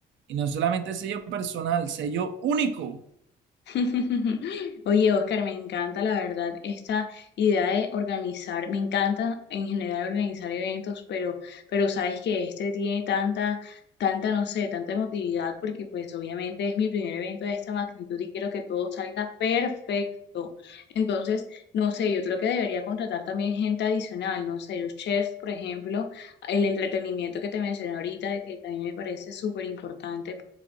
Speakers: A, on the right; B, on the left.
A: Y no solamente sello personal, sello único.
B: <laughs> Oye, Oscar, me encanta la verdad esta idea de organizar, me encanta en general organizar eventos, pero, pero sabes que este tiene tanta, tanta, no sé, tanta emotividad, porque pues obviamente es mi primer evento de esta magnitud y quiero que todo salga perfecto. Entonces, no sé, yo creo que debería contratar también gente adicional, no sé, los chefs, por ejemplo, el entretenimiento que te mencioné ahorita, que también me parece súper importante